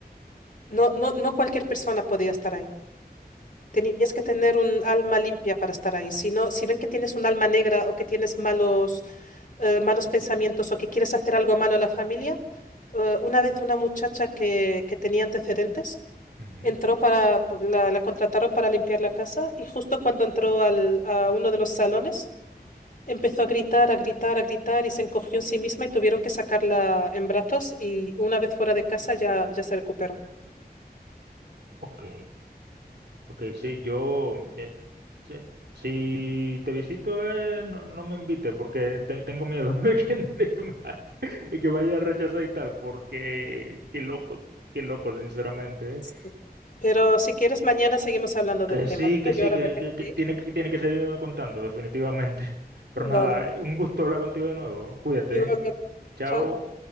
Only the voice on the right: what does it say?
Ujú.
Ok, ok, sí, yo, de- sí, si te visito, eh, no, no me invite porque te- tengo miedo <laughs> de que, de que me, de que vaya a rechazar y tal, porque qué loco, qué loco, sinceramente, ¿eh?
Que
sí,
que sí,
que,
que-
que tiene,
que tiene que seguirme contando, definitivamente. <laughs> Pero
nada, eh, un gusto hablar contigo de nuevo, cuídate,
¿eh? chao.